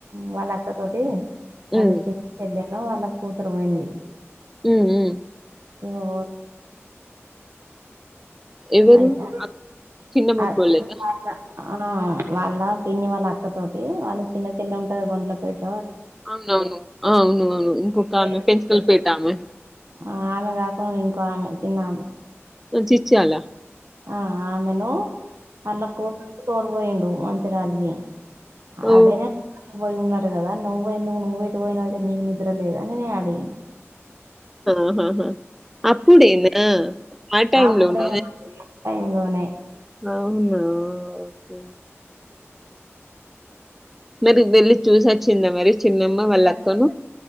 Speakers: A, on the right (about 65°); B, in the centre.
A: వాళ్ళ అక్క తోటి
B: హ్మ్.
A: వాళ్ళ చె చెల్లెను వాళ్ళ కూతురు పోయింది
B: ఉ ఊ
A: ఈమె
B: ఎవరు?
A: ఆయితే
B: అక్ చిన్నమ్మ
A: ఆ
B: పోలేదా?
A: డీ మార్ట్ లా ఆవును వాళ్ళ పిన్ని వాళ్ళ అక్క తోటి వాళ్ళు చిన్న చెల్ల ఉంటది గుండ్లా పెట
B: అవునవును అవును అవును ఇంకొకమె
A: ఏదో
B: పెన్చకల్
A: ఊర్లో
B: పేటమే
A: ఆ ఆమె కాకుండా ఇంకో ఆమె చిన్న ఆమె
B: వచ్చి ఇచ్చేయాల
A: ఆ ఆమెను ఆళ్ళా కూతురూ తోడు పోయిండ్రు మంచిర్యాలకి
B: ఓ
A: అదేనే పోయి ఉన్నారు కదా నువ్వు ఎందుకు నువ్వే పోయిన అయితే నీకు నిద్ర లేదని నేను అడిగిన
B: ఆహాహా అప్పుడేనా ఆ టైమ్
A: అప్పుడే
B: లోనే
A: టైమ్ లోనే
B: ఆవునా ఒకే మరి వెళ్ళి చూసి వచ్చిండ్రా మరి చిన్నమ్మ
A: ఇక్కడ
B: వాళ్ళ అక్కను